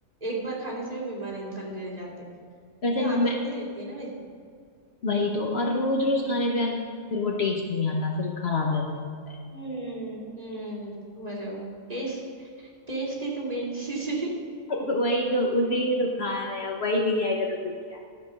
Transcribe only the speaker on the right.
एक बार खाने से भी बीमार इंसान गिर जाते हैं क्योंकि
आदत
नहीं रहती है ना वैसे
हम्म हम्म बरोबर टेस्ट टेस्ट ही तो मेन चीज आहे